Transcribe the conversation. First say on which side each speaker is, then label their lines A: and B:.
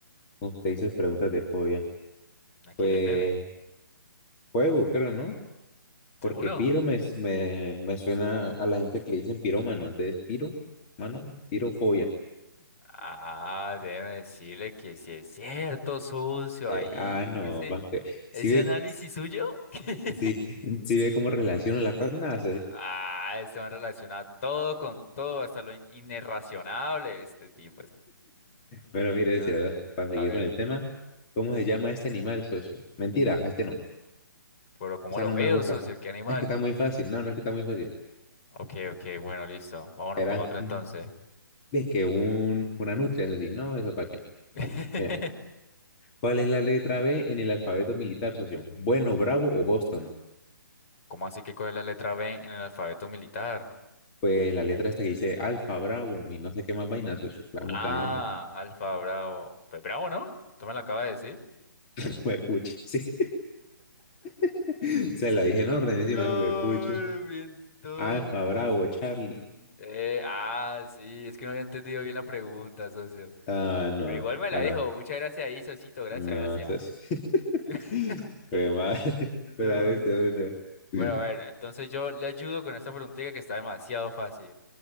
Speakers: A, on the left; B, on the left.
A: usted hizo preguntas de fobia.
B: ¿A qué
A: Pues,
B: le teme?
A: juego, creo, ¿no?
B: ¿Seguro?
A: Porque piro me, s- me, me suena a la gente que le dicen pirómano. Entonces, piro, mano, pirofobia.
B: Ah, déjeme decirle que si es cierto, sucio,
A: Eh,
B: ahí
A: ah, no,
B: ese,
A: va que- si
B: ese
A: ve,
B: análisis suyo. <laughs>
A: si, si ve cómo relaciona la cosa. Nada,
B: Ah, este man relaciona todo con todo, hasta lo in- inirracionable, este tipo. es-
A: Bueno, mire,
B: no
A: decía, ¿verdad?
B: sé,
A: para
B: A
A: seguir
B: ver,
A: con el tema, ¿cómo se llama este animal, socio? Mentira, este no,
B: pero ¿cómo
A: esa
B: lo
A: no
B: veo,
A: me gusta.
B: socio? ¿Qué animal?
A: Es que está muy fácil, no, no es que está muy fácil.
B: Ok, ok, bueno, listo. Vámonos
A: Era,
B: para otro entonces.
A: mm, es que un, una nutria, es decir, no, eso para qué.
B: <laughs>
A: Mira, ¿cuál es la letra B en el alfabeto militar, socio? Bueno, Bravo o Boston.
B: ¿Cómo así que cuál es la letra B en el alfabeto militar?
A: Pues la letra esta que dice Alfa, Bravo y no sé qué más vaina, socio. La
B: Ah,
A: única vaina que me...
B: Alfa Bravo. Pues Bravo, ¿no? Tú me lo acabas de decir.
A: <laughs> Fue pucha, sí. <laughs> Se la dije en orden encima,
B: No,
A: fue pucha.
B: bien tonto,
A: Alfa, Bravo, Charlie.
B: Eh, ah, sí, es que no había entendido bien la pregunta, socio.
A: Ah, no,
B: Pero igual me la
A: bueno,
B: dijo. Muchas gracias ahí, socito. Gracias,
A: No,
B: gracias.
A: ¿sabes? <laughs>
B: <laughs>
A: Fue madre. <laughs>
B: No.
A: Pero a ver, te una.
B: Bueno,
A: Pues,
B: a ver, entonces yo le ayudo con esta preguntita que está demasiado fácil.